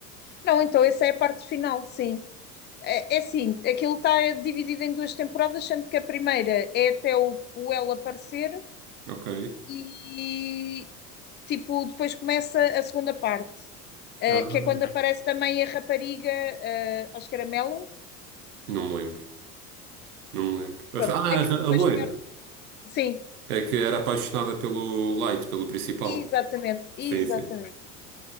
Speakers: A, on the left; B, on the right.
A: Não, então essa é a parte final, sim. É, é assim, aquilo está dividido em duas temporadas, sendo que a primeira é até o, o ela aparecer
B: Ok.
A: e tipo, depois começa a segunda parte, eh,
B: Ah,
A: que é quando aparece também a rapariga, eh, acho que era Melon,
B: não me lembro. Não me lembro. Ah,
A: pronto, é que
B: a,
A: depois
B: a loira.
A: quer. Sim,
B: É que era apaixonada pelo Light, pelo principal.
A: exatamente, exatamente.
B: Sim, sim.